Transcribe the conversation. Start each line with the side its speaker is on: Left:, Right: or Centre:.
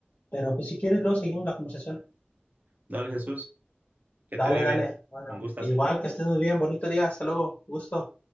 Left: Pero pues si quieres, luego seguimos la conversación.
Right: Dale, Jesús, que
Left: Dale,
Right: te vaya
Left: dale.
Right: bien.
Left: Bueno,
Right: Un gustas.
Left: igual que estés muy bien. Bonito día. Hasta luego. Gusto.